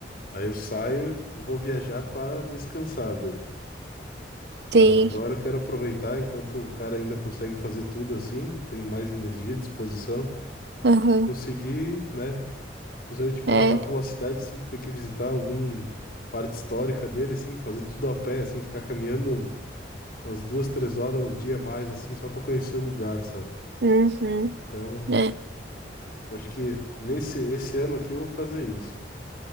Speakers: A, on the left; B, on the right.
A: Aí eu saio, vou viajar pra descansar, daí. Mas
B: Sim.
A: agora eu quero aproveitar, enquanto o cara ainda consegue fazer tudo assim, tem mais energia, disposição,
B: Aham.
A: conseguir, né? Principalmente, pá,
B: É,
A: vai para uma cidade assim que tem que visitar algum parte histórica dele, assim, fazer tudo a pé, assim, ficar caminhando umas duas, três horas no dia a mais, assim, só para conhecer o lugar, sabe?
B: Uhum.
A: Então,
B: né?
A: acho que nesse esse ano aqui eu vou fazer isso.